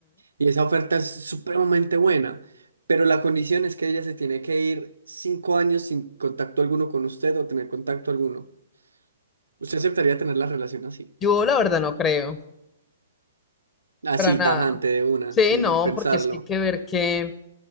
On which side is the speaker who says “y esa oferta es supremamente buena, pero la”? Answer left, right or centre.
Right